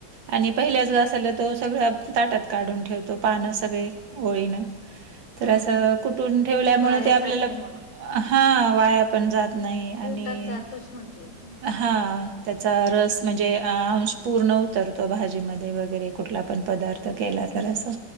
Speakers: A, on the right; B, on the left.
A: आणि पहिल्याच घासाला तो सगळ ताटत. काढून ठेवतो पानं सगळे, ओळीनं तर
B: हम्म
A: असं. <unintelligible> ठेवल्यामुळे
B: वाया
A: ते आपल्या
B: जात नाही मग
A: हा वाया. पण जात नाही, आणि
B: पोटात जातोच म्हणजे हम्म
A: हा त्याचा रस म्हणजे. अंश पूर्ण उतरतो, भाजीमध्ये वगैरे कुठला पण पदार्थ केला तर असा.